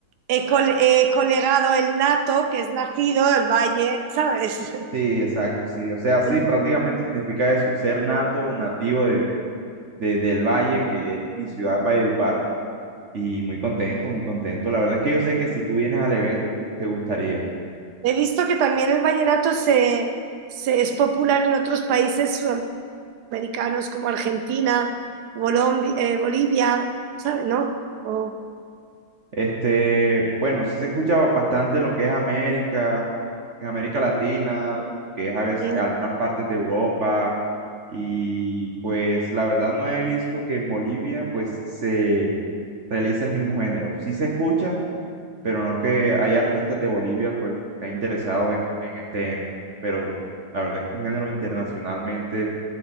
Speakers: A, on the right; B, on the right.
A: he col- he colegado el nato, que es nacido, el valle, ¿sabes?
B: Sí, exacto, sí. O sea, sí,
A: <laughs>
B: prácticamente significa eso, ser nato o nativo de, de- del Valle, que es mi ciudad, Valledupar, y muy contento, muy contento. La verdad es que yo sé que si tú vienes al evento, pues te gustaría.
A: He visto que también el vallenato se, se es popular en otros países americanos como Argentina, Bolombi- eh, Bolivia, ¿sabes? ¿No? O-
B: Este, bueno, sí se escucha ba- bastante en lo que es América, en América Latina, que es a veces
A: sí,
B: algunas partes de Europa. Y pues la verdad no he visto que en Bolivia pues se realice el mismo género. Sí se escucha, pero no que hay artistas de Bolivia pues estén interesados en, en este género. Pero la verdad es que es un género internacionalmente